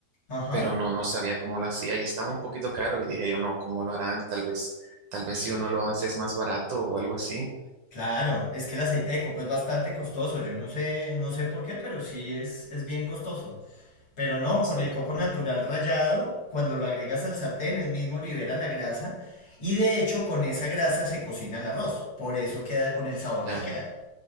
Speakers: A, on the left; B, on the right.
A: Ajá.
B: pero no, no sabía cómo lo hacía y estaba un poquito caro. Y dije yo, no, ¿cómo lo harán? Tal vez, tal vez si uno lo hace es más barato o algo así.
A: Claro, es que el aceite de coco es bastante costoso. Yo no sé, no sé por qué, pero sí es, es bien costoso. Pero no,
B: Sí.
A: con el coco natural rallado, cuando lo agregas al sartén, él mismo libera la grasa y de hecho con esa grasa se cocina el arroz. Por eso queda con el sabor
B: Ya,
A: que queda.